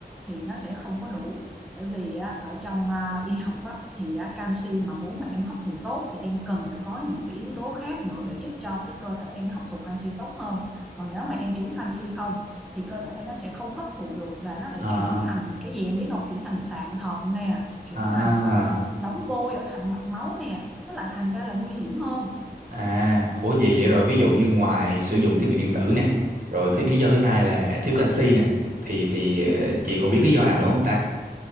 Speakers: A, in the centre; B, on the right.
A: thì nó sẽ không có đủ. Bởi vì á, ở trong à, y học á, thì á, canxi mà muốn mà em hấp thụ tốt thì em cần phải có những cái yếu tố khác nữa để giúp cho cái cơ thể em hấp thụ canxi tốt hơn. Còn nếu mà em chỉ uống canxi không thì cơ thể em nó sẽ không hấp thụ được và nó lại
B: À
A: chuyển thành cái gì em biết không? Chuyển thành sạn thận nè, chuyển
B: à
A: thành à, đóng vôi ở thành mạch máu nè. Nó lại thành ra là nguy hiểm hơn.
B: À, ủa vậy vậy rồi ví dụ như ngoài sử dụng thiết bị điện tử nè, rồi thứ, lý do thứ hai là thiếu canxi nè, thì thì ờ, chị còn biết lý do nào nữa không ta?